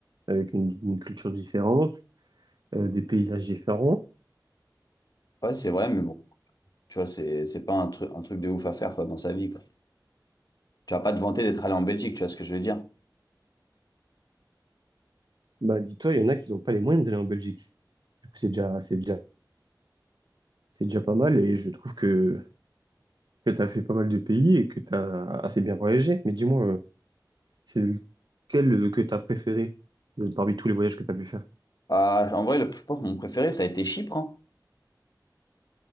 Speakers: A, on the right; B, on the left.
A: avec une, une culture différente, euh, des paysages différents.
B: ouais c'est vrai mais bon, tu vois c'est c'est pas un truc un truc de ouf à faire quoi dans sa vie quoi. Tu vas pas te vanter d'être allé en Belgique, tu vois ce que je veux dire.
A: Bah, dis-toi, il y en a qui n'ont pas les moyens d'aller en Belgique. Du coup, c'est déjà, c'est déjà, c'est déjà pas mal et je trouve que, que tu as fait pas mal de pays et que tu as assez bien voyagé. Mais dis-moi, euh, c'est lequel euh, que tu as préféré de- parmi tous les voyages que tu as pu faire?
B: Ah, en vrai le- je pense que mon préféré ça a été Chypre hein.